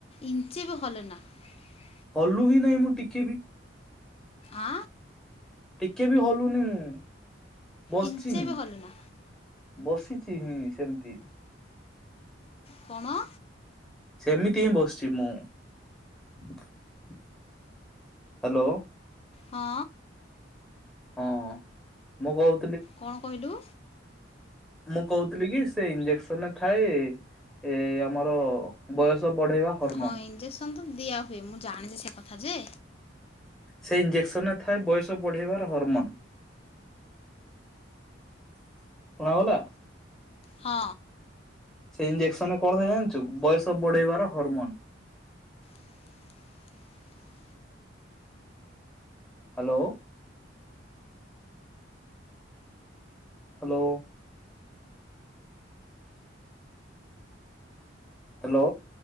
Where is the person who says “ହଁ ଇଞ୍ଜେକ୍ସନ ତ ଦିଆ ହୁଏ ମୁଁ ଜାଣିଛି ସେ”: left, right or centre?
Left